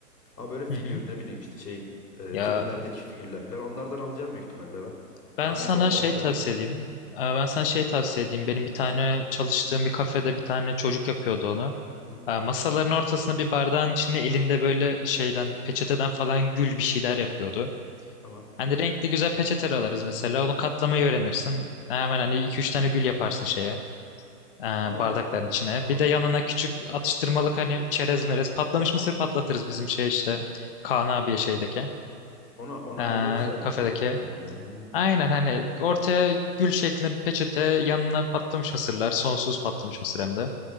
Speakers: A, on the left; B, on the left.
A: ama böyle figür
B: hı hı.
A: ne bileyim işte şeyin eee,
B: Ya
A: filmlerdeki figürler falan onlardan alacağım büyük ihtimalle ben.
B: ben
A: Tanesi
B: sana
A: 10
B: şey
A: lira falan.
B: tavsiye edeyim. Ee, Ben sana şey tavsiye edeyim. Benim bir
A: Tamam.
B: tane çalıştığım bir kafede bir tane çocuk yapıyordu onu.
A: Hı hı.
B: Ee, Masaların ortasına bir bardağın içinde elinde böyle şeyden peçeteden falan gül bir şeyler yapıyordu.
A: Tamam.
B: Hani renkli güzel peçeteler alırız mesela. Onu katlamayı öğrenirsin. Hemen hani iki üç tane gül yaparsın şeye. e,
A: Aa,
B: bardakların içine. Bir
A: at-
B: de yanına küçük
A: Hı hı.
B: atıştırmalık hani çerez merez patlamış mısır patlatırız bizim şey işte Kaan abiye şeydeki.
A: Onu, onu ayarlarız
B: Ee,
A: zaten
B: kafedeki.
A: mekan sahibiyle ya. Hı.
B: Aynen hani ortaya gül şeklinde bir peçete yanına patlamış mısırlar. Sonsuz patlamış mısır hem de.